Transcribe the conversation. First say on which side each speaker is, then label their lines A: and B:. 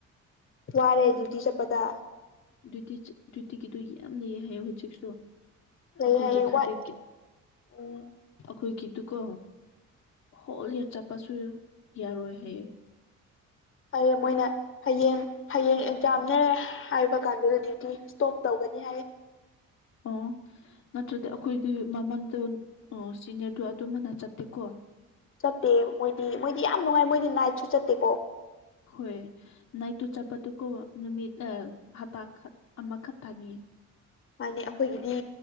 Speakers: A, on the left; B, on the left.
A: ꯋꯥꯔꯦ ꯗ꯭ꯌꯨꯇꯤ ꯆꯠꯄꯗ꯫
B: ꯗ꯭ꯌꯨꯇꯤ ꯆꯠ ꯗ꯭ꯌꯨꯇꯤꯒꯤꯗꯨ ꯌꯥꯝ ꯂꯩꯌꯦ ꯍꯥꯏꯌꯦ ꯍꯧꯖꯤꯛꯁꯨ꯫
A: ꯂꯩ
B: ꯑꯈꯣꯏꯒꯤ
A: ꯍꯥꯏꯌꯦ
B: ꯊꯥ꯭ꯔꯇꯤ
A: ꯋꯥꯠ
B: ꯀꯤꯠ
A: ꯎꯝ
B: ꯑꯈꯣꯏꯒꯤꯗꯨꯀꯣ ꯍꯣꯜ ꯏꯔ ꯆꯠꯄꯁꯨ ꯌꯥꯔꯣꯏ ꯍꯥꯏꯌꯦ꯫
A: ꯍꯌꯦꯡ ꯃꯣꯏꯅ ꯍꯌꯦꯡ ꯍꯌꯦꯡ ꯑꯦꯛꯖꯥꯝꯅꯦ ꯍꯥꯏꯕ ꯀꯥꯟꯗꯨꯗ ꯗꯇꯤ ꯏꯁ꯭ꯇꯣꯞ ꯇꯧꯒꯅꯤ ꯍꯥꯏꯌꯦ
B: ꯑꯣ ꯅꯠꯇ꯭ꯔꯗꯤ ꯑꯩꯈꯣꯏꯒꯤ ꯃꯃꯟꯗꯣ ꯑꯣ ꯁꯤꯅꯤꯌ꯭ꯔꯗꯣ ꯑꯗꯨꯝꯕꯅ ꯆꯠꯇꯦꯀꯣ
A: ꯆꯠꯇꯦ ꯃꯣꯏꯗꯤ ꯃꯣꯏꯗꯤ ꯌꯥꯝ ꯅꯨꯡꯉꯥꯏ ꯃꯣꯏꯗꯤ ꯅꯥꯏꯠꯁꯨ ꯆꯠꯇꯦꯀꯣ
B: ꯍꯣꯏ ꯅꯥꯏꯠꯇꯨ ꯆꯠꯄꯗꯨꯀꯣ ꯅꯨꯃꯤꯠ ꯑ ꯍꯞꯇꯥ ꯈꯛ ꯑꯃꯈꯛ ꯇꯥꯅꯦ
A: ꯃꯥꯅꯦ ꯑꯩꯈꯣꯏꯒꯤꯗꯤ